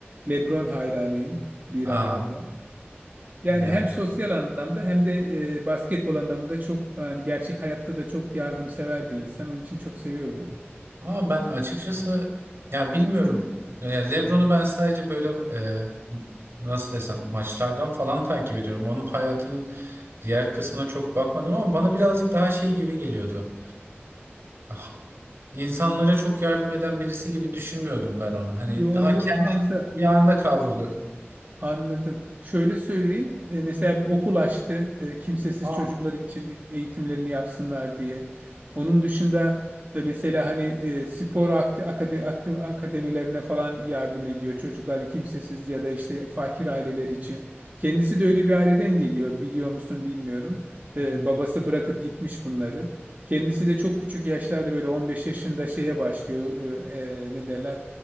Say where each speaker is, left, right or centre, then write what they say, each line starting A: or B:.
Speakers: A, on the right (about 40°); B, on the right (about 65°).
A: LeBron hayranıyım bir
B: Aa
A: anlamda. Yani
B: ya.
A: hem sosyal anlamda hem de e, basketbol anlamında çok yani gerçek hayatta da çok yardımsever bir insan. Onun için çok seviyorum onu.
B: Ama ben açıkçası ya bilmiyorum. E, LeBron'u ben sadece böyle e, nasıl desem maçlardan falan takip ediyorum. Onun hayatının diğer kısmına çok bakmadım ama bana birazcık daha şey gibi geliyordu. ah, insanlara çok yardım eden birisi gibi düşünmüyordum ben onu. Hani
A: Yo
B: daha
A: yo
B: kendi
A: Hamza.
B: yağında kavruluyor.
A: Anladım. Şöyle söyleyeyim. e, Mesela bir okul açtı e, kimsesiz
B: Aa.
A: çocuklar için eğitimlerini yapsınlar diye. Onun dışında e, mesela hani e, spor akti- akade- akti- akademilerine falan yardım ediyor. Çocuklar kimsesiz ya da işte fakir aileler için. Kendisi de öyle bir aileden geliyor. Biliyor musun bilmiyorum. E,
B: hmm,
A: Babası bırakıp gitmiş bunları. Kendisi de çok küçük yaşlarda böyle 15 yaşında şeye başlıyor. E, e, ne derler?